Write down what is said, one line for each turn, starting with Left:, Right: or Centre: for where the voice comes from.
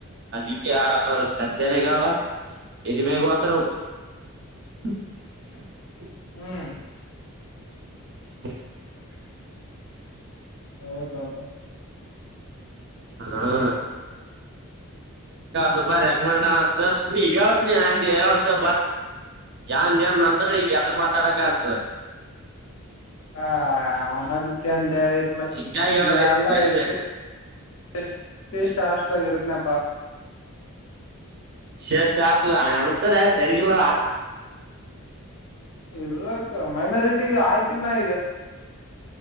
Right: ಇಷ್ಟೇ ಸರಿಯಾಗಿ ಹವಾ ಎದಿ ಮೇಲೆ ಓ ತರ <inaudible>
Left: ಹ್ಮ್
Right: <inaudible>
Left: <inaudible>
Right: ಹಾ ಬಾಪ ರೆಕಮೆಂಡು ಹಚ್ಚು ಸುಮ್ನೆ ಹೇಳಿ ಇರು ಯಾರು ಏನೇ ಅಂದ್ರು ಹೆದರಿ ಮಾತಾಡಬೇಕು ಆತದ
Left: <inaudible> ಹಾ ಆನದಿಕನ್ಲ್ಲಲ್ಲ
Right: ಹಿಂಗಾಗಿ ಹೇಳಕತ್ತೀನಿ
Left: ನಲ್ಲ ಅಯಚ
Right: ಅಷ್ಟೇ
Left: S C S T hostel ನಲ್ಲಿ ಇರುತ್ತೇನೆ
Right: S C S T hostel ಹಂಗ್ ಅನ್ಸ್ದ ಆದರೆ ಸರಿ ಇಲ್ಲ
Left: ಇರ್ಲಕ್ಕ ಮೈನಾರಿಟಿ ಹಾಕಿನಿ